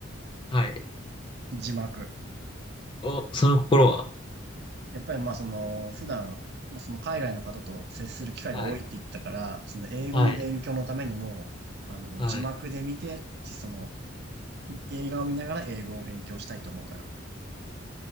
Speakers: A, on the left (about 25°); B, on the right (about 50°).
A: はい。
B: 字幕。
A: お、その心は
B: やっぱりまあその、普段、まあその海外の方と接する機会が多いって言ったから、
A: はい。
B: その英語の勉強のためにも、
A: はい
B: あの、
A: はい。
B: 字幕で見て、その、い映画を見ながら英語を勉強したいと思うから。